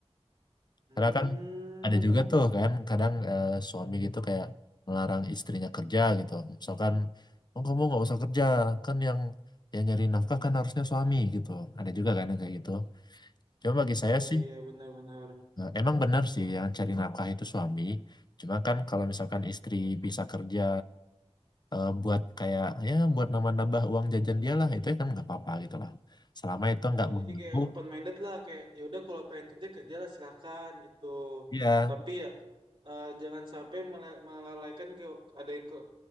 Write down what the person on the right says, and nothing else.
Hmm,
iya
iya benar-benar.
Oh
jadi kayak open minded lah, kayak ya udah kalau pengen kerja kerja lah silakan gitu.
Tapi ya eh, jangan sampai mele- melalaikan ke ada ke,